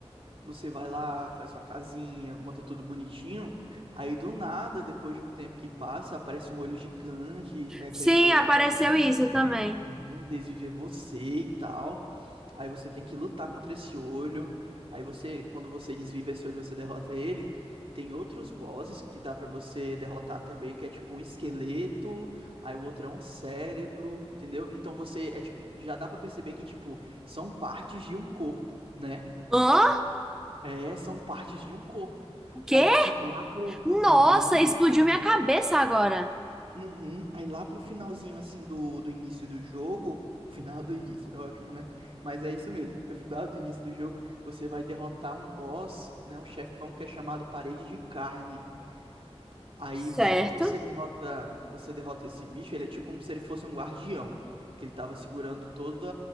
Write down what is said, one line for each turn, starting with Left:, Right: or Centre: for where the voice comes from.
Right: Você vai lá, faz sua casinha, monta tudo bonitinho. Aí do nada, depois de um tempo que passa, aparece um olho gigante, é,
Centre: Sim,
Right: querendo
Centre: apareceu isso também.
Right: Uhum, Desviver você e tal. Aí você tem que lutar contra esse olho. Aí você, quando você desvive esse olho, você derrota ele. Tem outros bosses que dá pra você derrotar também, que é tipo um esqueleto, aí o outro é um cérebro, entendeu? Então você é, tipo, já dá pra perceber que tipo são partes de um corpo, né?
Centre: Hã?
Right: É, são partes de um corpo.
Centre: O quê?
Right: Aí tipo lá pro, pro...
Centre: Nossa,
Right: Uhum,
Centre: explodiu
Right: uhum.
Centre: minha cabeça agora.
Right: Uhum. Aí lá pro finalzinho, assim, do, do início do jogo. <laughs> Final do início, é ótimo, né? Mas é isso mesmo. No final do início do jogo, você vai derrotar um boss, né? Um chefão que é chamado Parede de Carne. Aí,
Centre: Certo.
Right: quando você derrota, você derrota esse bicho, ele é tipo como se ele fosse um guardião. Que ele tava segurando todas